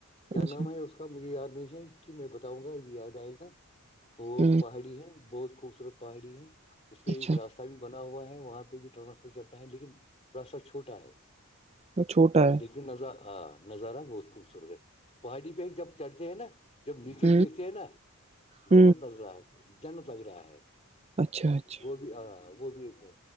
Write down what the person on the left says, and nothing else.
کیا
نام ہے اس کا مجھے یاد نہیں ہے کہ میں ب ہوگا اب یاد آئے گا وہ
پہاڑی ہے بہت خوبصورت پہاڑی ہے اس پہ
ایک راستہ بھی بنا ہوا ہے وہاں پہ بھی ٹرانسپورٹ چلتا ہے لیکن راستہ چھوٹا ہے
لیکن نظار ہاں نظارہ بہت خوبصورت ہے پہاڑی پہ جب چڑھتے ہیں نا جب نیچے
دیکھتے ہیں نا
جنت لگ رہا جنت لگ رہا ہے
وہ بھی ہ وہ بھی ایک ہے